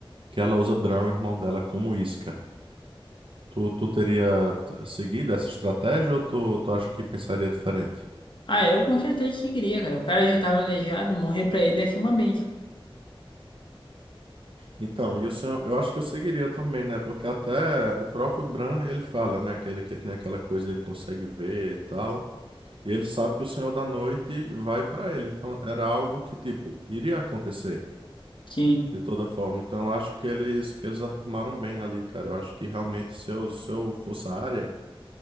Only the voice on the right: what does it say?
que ela usa Bran, o irmão dela, como isca. Tu, tu teria t- seguido essa estratégia ou tu, tu acha que pensaria diferente?
Então, e o senhor, eu acho que eu seguiria também, né? Porque até o próprio Bran, ele fala, né? Aquele que ele tem aquela coisa, ele consegue ver e tal. E ele sabe que o Senhor da Noite vai pra ele. Então, era algo que, tipo, iria acontecer
de toda forma. Então, eu acho que eles que eles armaram bem ali, cara. Eu acho que realmente se eu, se eu fosse a área,